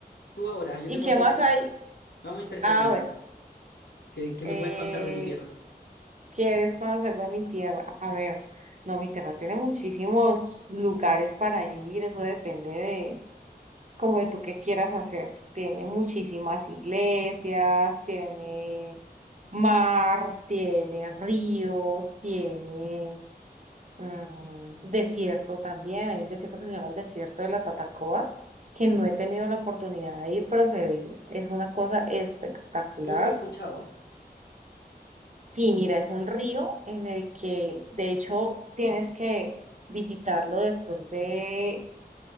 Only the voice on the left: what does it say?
tú ahora, yo
te cuento
de ahí.
Vamos intercalándonos.
¿Qué, qué
me puedes contar de tu tierra?
La
pata-
Creo que lo he escuchado.